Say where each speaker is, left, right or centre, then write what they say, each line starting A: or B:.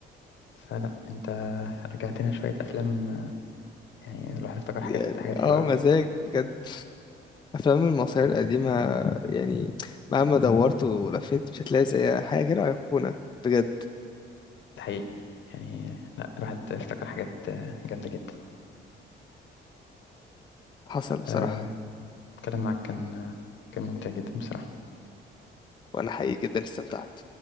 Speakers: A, on the left (about 70°); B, on the left (about 25°).
A: فلا انت رجعت لنا شوية أفلام يعني الواحد افتكر حاجات
B: يعني
A: حاجات حلوة
B: اه
A: قوي
B: مزاج بجد افلام المصرية القديمة يعني مهما دورت ولفيت مش هتلاقي زيها حاجة كده أيقونة بجد
A: ده حقيقي يعني لا الواحد افتكر حاجات جامدة جدا
B: حصل بصراحة
A: آه، الكلام معاك كان كان ممتع جدا بصراحة
B: وانا حقيقي جدا استمتعت